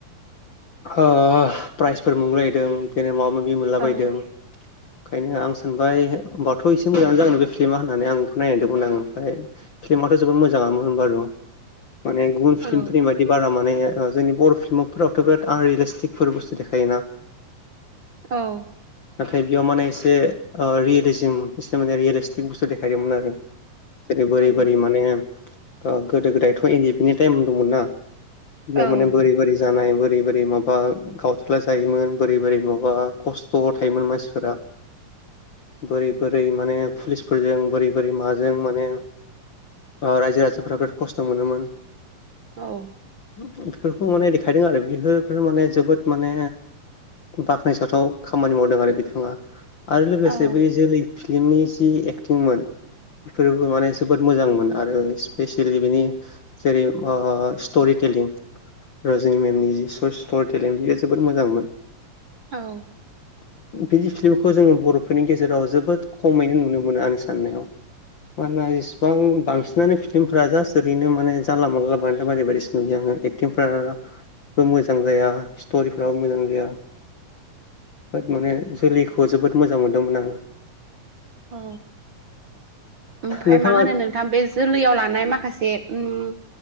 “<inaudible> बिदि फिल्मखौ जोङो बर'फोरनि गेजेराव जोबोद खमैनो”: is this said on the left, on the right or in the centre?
Left